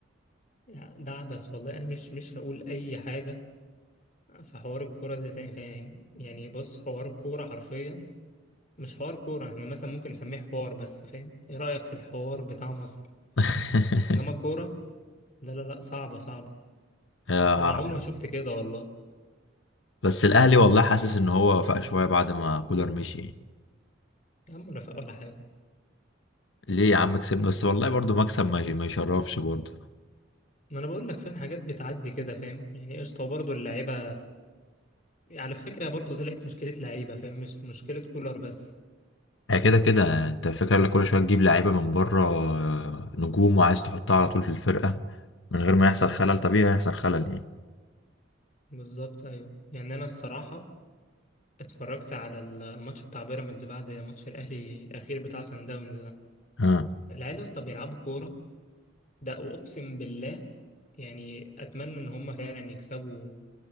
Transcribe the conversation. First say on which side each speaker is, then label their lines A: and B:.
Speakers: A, on the left (about 40°); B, on the left (about 70°).
A: يعني ده عبث والله انا مش مش هقول اي حاجة في حوار الكورة ده تاني فاهم يعني بص حوار الكورة حرفيا مش حوار كورة احنا مثلا ممكن نسميه حوار بس فاهم ايه رأيك في الحوار بتاع مصر
B: <laughs>
A: انما كورة لا لا لا صعبة صعبة
B: آه،
A: انا عمري ما شفت كده والله
B: بس الاهلي والله حاسس ان هو فاق شويه بعد ما كولر مشي يعني.
A: يا عم ولا فاق ولا حاجة
B: ليه يا عم كسبنا بس والله برضو مكسب ما ما يشرفش برضو
A: ما انا بقول لك فاهم حاجات بتعدي كده فاهم يعني قشطة برضه اللعيبة على فكرة برضو طلعت مشكلة لعيبة فاهم مش مشكلة كولر بس
B: هي كده كده انت فاكر لك كل شويه تجيب لعيبه من بره آه، نجوم وعايز تحطها على طول في الفرقه من غير ما يحصل خلل طبيعي هيحصل خلل يعني
A: بالظبط أيوة يعني أنا الصراحة اتفرجت على ال- الماتش بتاع بيراميدز بعد ماتش الأهلي الأخير بتاع سان داونز ده
B: ها
A: العيال يا اسطى بيلعبوا كورة ده وأقسم بالله يعني أتمنى إن هما فعلا يكسبوا